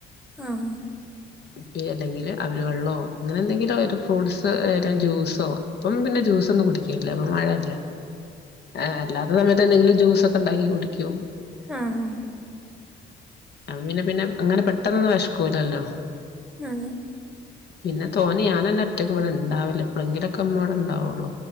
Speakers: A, in the centre; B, on the left.
A: ആഹ്
B: പിന്നെ ഏതെങ്കില് അവിൽ വെള്ളമോ അങ്ങനെ എന്തെങ്കിലും ഒരു ഫ്രൂട്ട്സ് വല്ല ജ്യൂസോ ഇപ്പം പിന്നെ ജ്യൂസ് ഒന്നും കുടിക്കണില്ല ഇപ്പൊ മഴയല്ലേ ആഹ് അല്ലാത്തെ സമ <unintelligible> ജ്യൂസ് ഒക്കെ ഉണ്ടാക്കി കുടിക്കും <unintelligible>
A: ആഹ്
B: <unintelligible> പിന്നെ പിന്നെ അങ്ങനെ പെട്ടെന്നൊന്നും വിശക്കൂലല്ലോ
A: അതെ
B: പിന്നെ തോന്നി ഞാനന്ന ഒറ്റയ്ക്ക് ഇവിടെ ഇണ്ടാവില്ല എപ്പഴെങ്കിലൊക്കെ അമ്മൾ ഇവിടെ ഉണ്ടാവുള്ളു